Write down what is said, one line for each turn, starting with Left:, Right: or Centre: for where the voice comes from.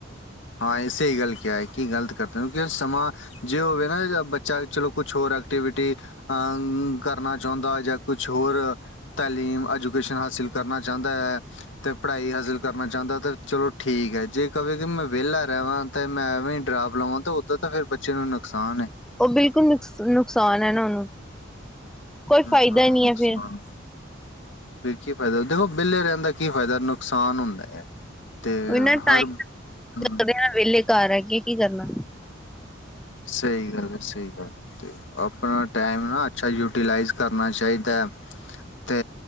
Left: ਹਾਂ, ਇਹ ਸਹੀ ਗੱਲ ਕਿਆ ਏ ਕਿ ਗਲਤ ਕਰਦੇ ਉਹ, ਕਿਉਂਕਿ ਸਮਾਂ ਜੇ ਹੋਵੇ ਨਾ ਬੱਚਾ ਚਲੋ ਕੁਛ ਹੋਰ ਐਕਟੀਵਿਟੀ ਅੰ ਕਰਨਾ ਚਾਹੁੰਦਾ, ਜਾਂ ਕੁਛ ਹੋਰ ਤਲੀਮ ਐਜੂਕੇਸ਼ਨ ਹਾਸਿਲ ਕਰਨਾ ਚਾਂਹਦਾ ਐ। ਤੇ ਪੜ੍ਹਾਈ ਹਾਸਿਲ ਕਰਨਾ ਚਾਂਹਦਾ ਤੇ ਚਲੋ ਠੀਕ ਐ, ਜੇ ਕਵੇ ਕਿ ਮੈਂ ਵਿਹਲਾ ਰਹਿਵਾਂ, ਤੇ ਮੈ ਐਵੇਂ ਹੀ ਡਰਾਪ ਲਵਾਂ, ਤੇ ਉਦਾਂ ਤਾਂ ਫੇਰ ਬੱਚੇ ਨੂੰ ਨੁਕਸਾਨ ਐ।
Centre: ਉਹ ਬਿਲਕੁਲ ਨੁਕ ਨੁਕਸਾਨ ਐ ਨਾ ਉਹਨੂੰ, ਕੋਈ
Left: ਹਮ
Centre: ਫਾਇਦਾ
Left: ਉਹਨੂੰ
Centre: ਨੀ
Left: ਨੁਕਸਾਨ
Centre: ਹੈ ਫਿਰ
Left: ਫਿਰ ਕੀ ਫਾਇਦਾ, ਦੇਖੋ ਵਿਹਲੇ ਰਹਿਣ ਦਾ ਕੀ ਫਾਇਦਾ ਨੁਕਸਾਨ ਹੁੰਦਾ ਹੈ। ਤੇ
Centre: ਐਨਾ ਟਾਈਮ
Left: ਹਰ ਹਮ
Centre: ਵਿਹਲੇ ਘਰ ਰਹਿ ਕੇ ਕੀ ਕਰਨਾ।
Left: ਸਹੀ ਗੱਲ ਐ, ਸਹੀ ਗੱਲ ਤੇ ਆਪਣਾ ਟੈਮ ਨਾ ਅੱਛਾ ਯੂਟੀਲਾਈਜ਼ ਕਰਨਾ ਚਾਹੀਦਾ। ਤੇ